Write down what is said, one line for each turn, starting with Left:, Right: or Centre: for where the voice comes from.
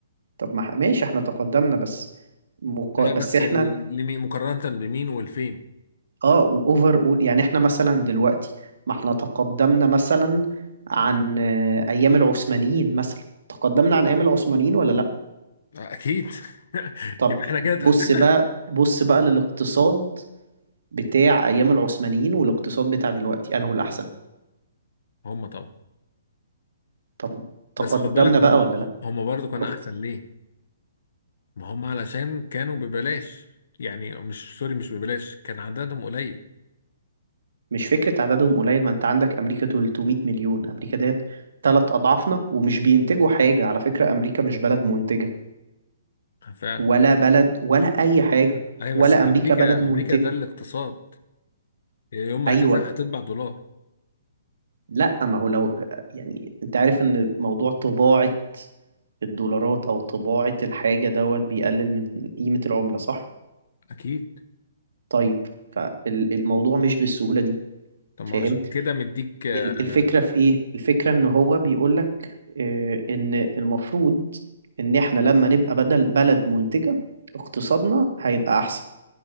Right: طب ما ح- ماشي احنا تقدمنا بس مقا...
Left: ايوه
Right: بس
Left: بس
Right: احنا
Left: ال... لمين مقارنة بمين والفين
Right: اه واوفر اول يعني احنا مثلا دلوقتي ما احنا تقدمنا مثلا عن آه، ايام العثمانيين مثلا تقدمنا عن ايام العثمانيين ولا لا
Left: اكيد <laughs>
Right: طب
Left: يبقى احنا كده
Right: بص
Left: اتقدمنا
Right: بقى بص بقى للاقتصاد بتاع ايام العثمانيين والاقتصاد بتاع دلوقتي انه الاحسن
Left: هم طبعا
Right: طب تقدمنا
Left: بس خد بالك هم
Right: بقى ولا لا
Left: هم برضو كان
Right: شفت
Left: احسن ليه ما هم علشان كانوا ببلاش يعني مش سوري مش ببلاش كان عددهم قليل
Right: مش فكرة عددهم قليل ما انت عندك امريكا 300 مليون امريكا ديت تلات اضعافنا ومش بينتجوا حاجة على فكرة امريكا مش بلد منتجة
Left: فعلا
Right: ولا بلد ولا اي حاجة
Left: ايوه
Right: ولا
Left: بس امريكا
Right: امريكا بلد منتجة
Left: امريكا ده الاقتصاد يوم ما
Right: ايوه
Left: هتزهق هتطبع دولار
Right: لا ما هو لو يعني انت عارف ان موضوع طباعة الدولارات او طباعة الحاجة دوت بيقلل من قيمة العملة صح؟
Left: اكيد
Right: طيب فالموضوع مش بالسهولة دي
Left: طب
Right: فاهم؟
Left: ما عشان كده مديك آه،
Right: ال- الفكرة في ايه؟ الفكرة ان هو بيقولك آه، ان المفروض ان احنا لما نبقى بدل بلد منتجة اقتصادنا هيبقى احسن